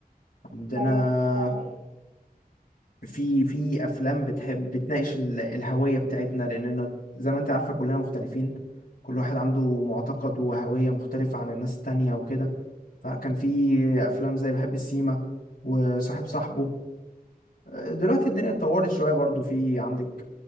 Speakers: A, on the left; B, on the right.
A: عندنا
B: ايوه ده حقيقي
A: في في أفلام بتحب بتناقش ال- الهوية بتاعتنا لأننا زي ما أنت عارفة كلنا مختلفين كل واحد عنده معتقد وهوية مختلفة عن الناس التانية وكده فكان في أفلام زي بحب السيما وصاحب صاحبه دلوقتي الدنيا اتطورت شوية برضو في عندك